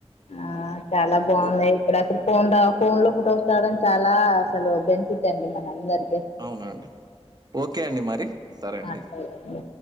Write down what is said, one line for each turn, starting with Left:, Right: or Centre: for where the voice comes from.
Left: ఆ చాలా బాగుంది
Right: ఓ
Left: ఇప్పుడ అసలు ఫోన్ ఫోన్ లో ఫోటోస్ రావడం చాలా అసలు బెనిఫిట్ అండి మనందరికి
Right: అవునాండి ఓకే అండి మరి సరే అండి
Left: ఆ అండి.